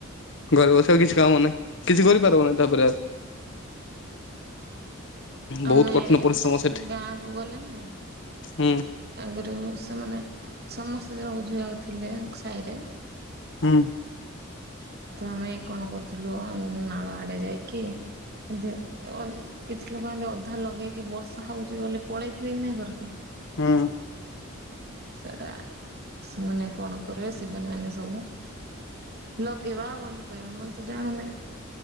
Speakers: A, on the left (about 60°); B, on the right (about 50°).
A: ଘର ବସିବା କିଛି କାମ ନାହିଁ କିଛି କରିପାରିବ ନାହିଁ ତାପରେ
B: ଆମେ
A: ବହୁତ କଠିନ ପରିଶ୍ରମ
B: ସ
A: ସେଠି
B: ଗାଁକୁ ଗଲେନା
A: ହୁଁ
B: ଆଗରୁ ସେମାନେ ସମସ୍ତେ ବୁଝିବାକୁ ଥିଲେ ସାହିରେ।
A: ହୁଁ।
B: ତ ଆମେ କଣ କରୁଥିଲୁ ନାଳ ଆଡ଼େ ଯାଇକି ଏମତି ଅ କିଛି ଲୋକ ଏମତି ଅଧା ଲଗେଇକି ବର୍ଷା ହଉଛି ବୋଲି ପଳେଇ ଥିବେ କି ନାଇଁ ଘରକୁ
A: ହଁ।
B: ସେଇଟା ସେମାନେ କଣ କରିବେ ଶିବାନି ମାନେ ସବୁ? ଲଗେଇବା ବଲି କହିବ ମୋର ତ ଜାଣୁନି।